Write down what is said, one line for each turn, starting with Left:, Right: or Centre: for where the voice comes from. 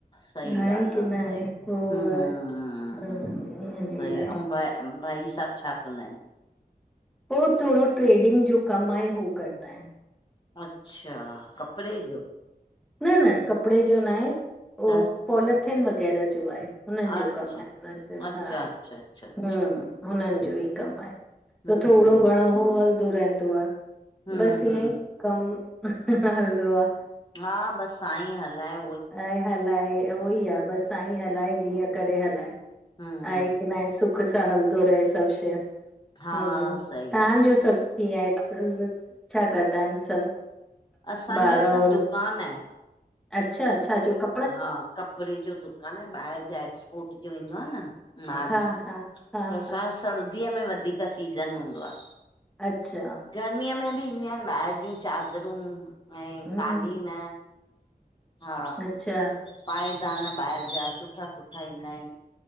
Left: सही
Centre: आहिनि
Left: ॻाल्हि
Centre: की
Left: आ
Centre: न
Left: सही।
Centre: आहे उ
Left: हम्म
Centre: आहे हम इअ <unintelligible> न
Left: सही
Centre: इल।
Left: ऐं भ भाई सभु छा कंदा आहिनि?
Centre: पोइ थोरो ट्रेडिंग जो कम आहे हू करंदा आहिन।
Left: अच्छा कपिड़े जो?
Centre: न न कपिड़े जो न आहे उह
Left: त
Centre: पॉलिथिन वग़ैरह जो आहे। हुननि
Left: अच्छा
Centre: जो कमु आहे हुन जो
Left: अच्छा
Centre: हा
Left: अच्छा अच्छा अच्छा।
Centre: हम। हुननि जो ई कमु आहे
Left: हम्म
Centre: त थोरो घणो ओ हलंदो रहंदो आ।
Left: हम्म
Centre: बसि
Left: हम्म
Centre: ईअं ई कम हलंदो आ।
Left: हा बसि साईं हलाये।
Centre: ऐं हलाए उहो ई आहे बसि साईं हलाए जीअं करे हलाए।
Left: हा।
Centre: आहे की न आहे सुख सां हलदो रहे सभु शइ हूं
Left: हा सही
Centre: तव्हांजो
Left: ॻाल्हि
Centre: सभु कीअं आहे, छा कंदा आहिनि सभु?
Left: असांजो
Centre: ॿार और
Left: त दुकानु आहे।
Centre: अच्छा, छा जो क
Left: हा कपिड़े जो दुकानु आ ॿाहिरि जा एक्सपोर्ट जो ईंदो आ न। माल
Centre: हा हा, हा
Left: त असांयो
Centre: हा
Left: सर्दीअ में वधीक सीज़न हूंदो आ।
Centre: अचछा।
Left: गर्मीअ में बि ईंदियूं आहिनि ॿाहिर जूं चादरूं ऐं
Centre: हम्म
Left: कालीन हा
Centre: अच्छा
Left: पाइदान ॿाहिरि जा सुठा सुठा ईंदा आहिन।